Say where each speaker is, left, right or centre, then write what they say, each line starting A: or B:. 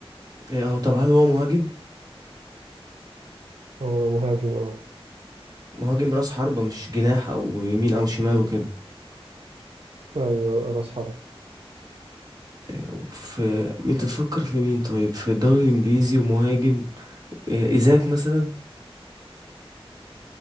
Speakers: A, on the right; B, on the right.
A: آه، هو طب هل هو مهاجم
B: هو مهاجم اه
A: مهاجم راس حربة مش جناح او يمين او شمال وكده
B: ايوه راس حرب
A: آه، في مين تفكر في مين طيب في الدوري الانجليزي ومهاجم آه، ايزاك مثلا